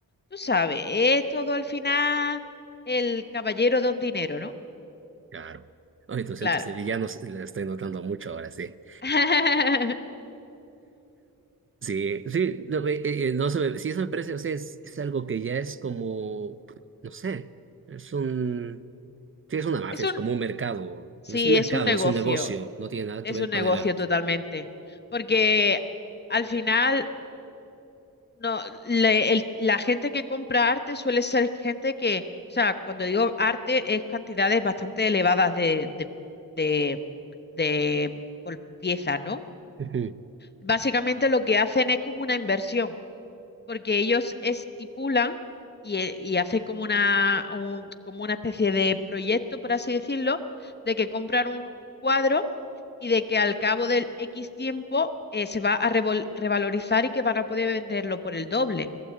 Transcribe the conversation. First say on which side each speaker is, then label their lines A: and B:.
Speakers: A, on the left; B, on the right.
A: tú sabes, es todo al final el caballero don dinero, ¿no?
B: Claro. Oye, tus centros
A: Claro.
B: sevillanos le estoy notando mucho ahora, sí
A: <laughs>
B: Sí, sí, no, eh, eh, eh, no se me, sí, eso me parece, o sea, es, es algo que ya es como, no sé, es un, sí, es una mafia,
A: Es un,
B: es como un mercado,
A: sí,
B: es un mercado,
A: es un negocio.
B: es un negocio, no tiene nada
A: Es
B: que ver
A: un negocio
B: con el arte.
A: totalmente, porque al final no, le- el- la gente que compra arte suele ser gente que, o sea, cuando digo arte es cantidades bastante elevadas de, de, de, de por piezas, ¿no?
B: Ujú.
A: Básicamente lo que hacen es como una inversión porque ellos estipulan y, eh, y hacen como una, un- como una especie de proyecto, por así decirlo, de que compran un cuadro y de que al cabo del X tiempo eh, se va a revol- revalorizar y que van a poder venderlo por el doble.